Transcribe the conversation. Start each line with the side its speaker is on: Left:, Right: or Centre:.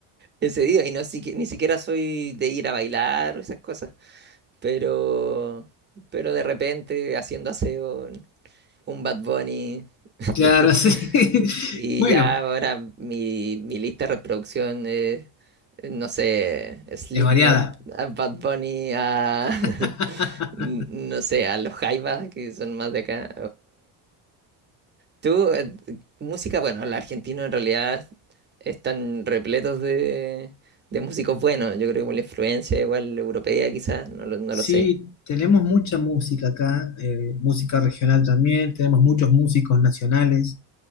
Right: He cedido y no siqui- ni siquiera soy de ir a bailar o esas cosas, pero pero de repente haciendo aseo un Bad Bunny <laughs>
Left: claro, sí.
Right: y
Left: Bueno,
Right: ya ahora mi, mi lista de reproducción es no sé, Slipknot,
Left: es variada.
Right: a Bad Bunny, a
Left: <laughs>
Right: <laughs> n- no sé, a los Jaivas que son más de acá Tú, eh, música, bueno, los argentinos en realidad están repletos de, de músicos buenos. Yo creo que por la influencia igual europea quizás, no lo, no
Left: Sí,
Right: lo sé.
Left: tenemos mucha música acá, eh, música regional también, tenemos muchos músicos nacionales